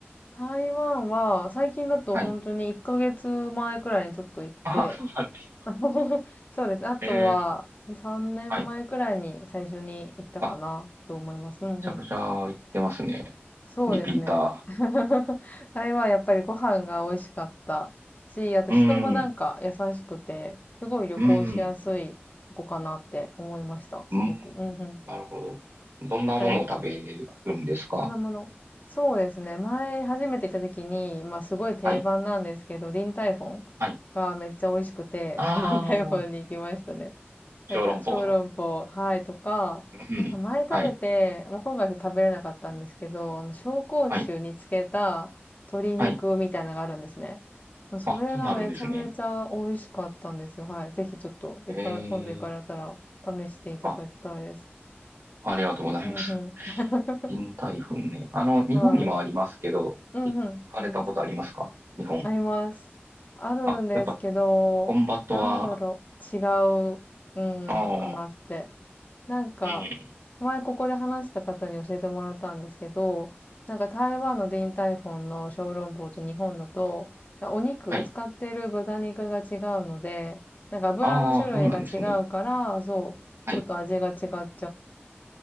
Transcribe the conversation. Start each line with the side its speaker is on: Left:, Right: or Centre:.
Left: 台湾は、最近だと本当に1ヶ月前くらいにちょっと行って、
Right: はい。ああ、そうなんです
Left: あの <laughs> そうです。あとは、
Right: ね。
Left: 3年前くらいに最初に行ったかなと思います。
Right: はい。あ、
Left: うんうん。
Right: めちゃくちゃ行ってますね。
Left: そうですね。
Right: リピーター。
Left: <laughs> あれはやっぱりご飯が美味しかったし、あと人もなんか優しくて、
Right: うん、
Left: すごい旅行しやすい子かなって思いました。
Right: うん、
Left: すごく。
Right: うん。
Left: うんうん。
Right: なるほど。どんなものを食べるんですか
Left: なんかそのもの。そうですね。前初めて行った時に、まあすごい定番なんですけど、
Right: はい、
Left: リンタイフォンがめっちゃ美味しくて、
Right: はい。ああ、
Left: <laughs> リンタイフォンに行きましたね。
Right: 小籠包の。
Left: なんか、小籠包、はいとか、
Right: うん、
Left: なんか前食べて、
Right: はい、
Left: もう今回は食べれなかったんですけど、あの、紹興酒につけた鶏肉みたいなのがあるんですね。
Right: はい、はい。
Left: もうそれがめちゃめちゃ美味しかったんですよ。
Right: あ、そんなあるんですね。
Left: はい。ぜひちょっと、いか、
Right: ええ
Left: 今度行かれたら試していただきたいです。
Right: あ、ありがとうございます。
Left: うんうん。<laughs>
Right: 臨海粉ね。あの、日本にもありますけど、
Left: はい。うんうん。
Right: 行かれたことありますか日本。
Left: ありますね。あります。あるんですけど、
Right: あ、やっぱ、コンバットは、
Left: なんだろう。違う、うん、
Right: ああ、
Left: かなって。なんか、
Right: うん。
Left: 前ここで話した方に教えてもらったんですけど、なんか台湾のディンタイフォンの小籠包と日本だと、お肉、
Right: はい。
Left: 使ってる豚肉が違うので、なんか油の種類が違うから、
Right: ああ、そうなんですね。
Left: そう、
Right: はい。
Left: ちょっと味が違っ